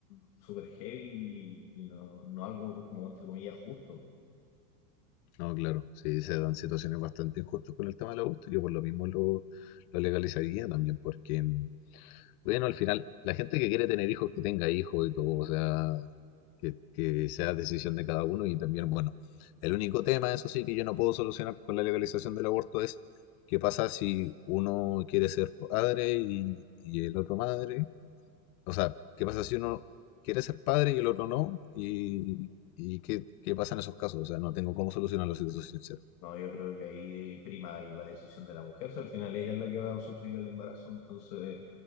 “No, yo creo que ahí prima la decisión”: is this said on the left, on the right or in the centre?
Left